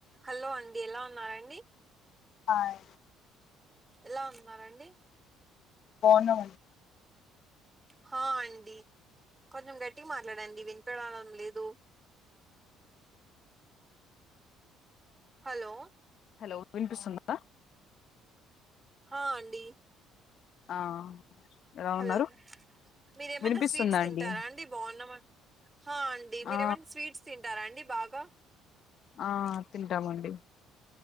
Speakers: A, on the right (about 20°); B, on the left (about 60°).
A: Hello అండి ఎలా ఉన్నారండి
B: హాయ్
A: ఎలా ఉన్నారండి
B: పోను
A: హ అండి కొంచెం గట్టిగా మాట్లాడండి వినపడడం లేదు హలో
B: హలో వినిపిస్తుంద
A: హా అండి
B: ఆ ఎలా
A: హలో
B: ఉన్నారు
A: మీరేమైన్నా
B: వినిపిస్తుందండి
A: స్వీట్స్ తింటారా అండి బాగున్నా హా అండి మీరేమన్న
B: ఆ
A: స్వీట్స్ తింటారా అండి బాగా
B: ఆ తింటామండి